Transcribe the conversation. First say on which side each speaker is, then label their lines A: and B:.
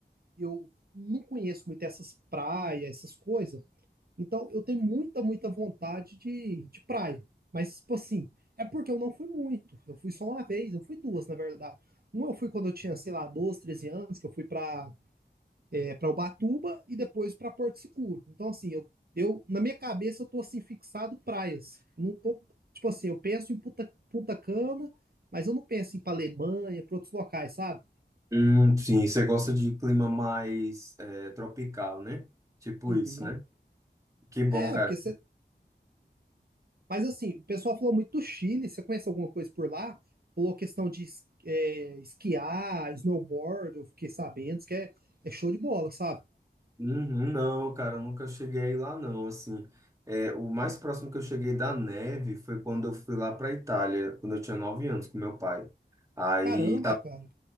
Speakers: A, on the right; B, on the right.
A: eu não conheço muito essas praias, essas coisas, Então, eu tenho muita, muita vontade de, de praia. Mas, tipo assim, é porque eu não fui muito. Eu fui só uma vez, eu fui duas, na verdade. Uma eu fui quando eu tinha, sei lá, 12, 13 anos, que eu fui pra, é, pra Ubatuba e depois pra Porto Seguro. Então, assim, eu, eu, na minha cabeça, eu tô, assim, fixado praias. Eu não tô, tipo assim, eu penso em Punta, Punta Cana, mas eu não penso em ir pra Alemanha, pra outros locais, sabe?
B: Hum, sim, você gosta de clima mais é, tropical, né? Tipo
A: Uhum.
B: isso, né? Que bom,
A: É,
B: cara.
A: porque você. Mas assim, o pessoal falou muito do Chile. Você conhece alguma coisa por lá? Falou questão de es- é, esquiar, snowboard, eu fiquei sabendo, isso que é, é show de bola, sabe?
B: Uhum, não, cara, eu nunca cheguei aí lá, não. Assim, é, o mais próximo que eu cheguei da neve foi quando eu fui lá para Itália, quando eu tinha nove anos com meu pai. Aí
A: Caramba, cara.